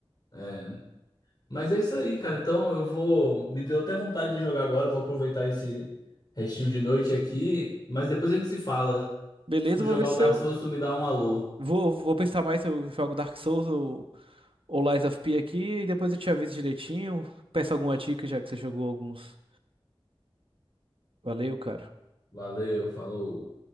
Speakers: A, on the left (about 45°); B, on the right (about 65°).
A: É, Mas é isso aí, cara. Então eu vou. Me deu até vontade de jogar agora. eu Vou aproveitar esse restinho de noite aqui. Mas depois a gente se fala.
B: Beleza,
A: Se tu jogar
B: vou ver se
A: o Dark
B: eu.
A: Souls, tu me dá um alô.
B: Vou, vou pensar mais se eu jogo Dark Souls ou, ou Lies of P aqui e depois eu te aviso direitinho. Peço alguma dica já que você jogou alguns. Valeu, cara.
A: Valeu, falou.